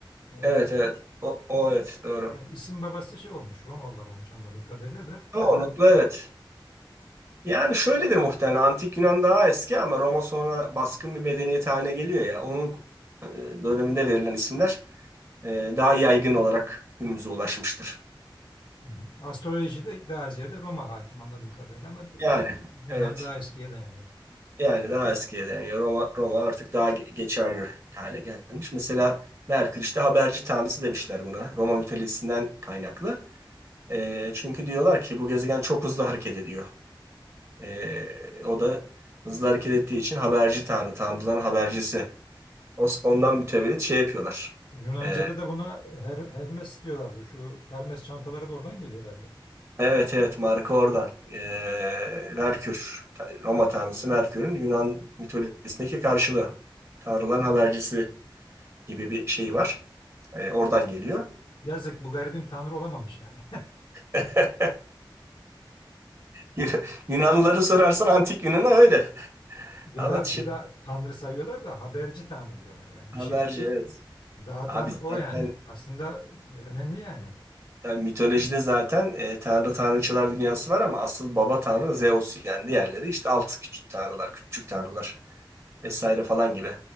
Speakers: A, on the left; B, on the right.
A: Ee,
B: Evet evet. O, o evet doğru.
A: yani isim babası şey olmuş Romalılar olmuş anladığım kadarıyla da.
B: Çoğunlukla
A: Hı
B: evet. Yani şöyledir muhtemelen Antik Yunan daha eski ama Roma sonra baskın bir medeniyet haline geliyor ya. Onun e, döneminde verilen isimler e, daha yaygın olarak günümüze ulaşmıştır.
A: hı. Astrolojide daha ziyade Roma hakim anladığım kadarıyla ama e,
B: Yani
A: Yunan
B: evet
A: daha eskiye dayanıyor.
B: yani daha eskiye dayanıyor. Roma, Roma artık daha ge- geçerli hale gelmiş. Mesela Merkür işte haberci tanrısı demişler buna Roma mitolojisinden kaynaklı. E, çünkü diyorlar ki bu gezegen çok hızlı hareket ediyor. E, o da hızlı hareket ettiği için haberci tanrı, tanrıların habercisi O- Ondan mütevellit şey yapıyorlar.
A: Yunanca'da
B: Ee,
A: da buna Her Hermes diyorlardı. Şu Hermes çantaları da oradan geliyor herhalde.
B: evet evet marka oradan. Ee, Merkür, ta- Roma tanrısı Merkür'ün Yunan mitolojisindeki karşılığı. Tanrıların habercisi gibi bir şey var. Ee, oradan geliyor.
A: Yazık bu garibim tanrı olamamış yani.
B: <laughs> Yun-
A: <laughs>
B: Yunanlıları sorarsan antik Yunan'a öyle. <laughs>
A: Yok
B: Ama
A: abi
B: şimdi
A: bu da tanrı sayıyorlar da haberci tanrı diyorlar yani.
B: haberci
A: Bir şeyleri
B: evet.
A: dağıtan
B: Abi
A: o
B: zaten
A: yani. Aslında e, önemli yani.
B: yani mitolojide zaten e, tanrı tanrıçılar dünyası var ama asıl baba tanrı Zeus yani diğerleri işte alt küçük tanrılar, küçük tanrılar. vesaire falan gibi.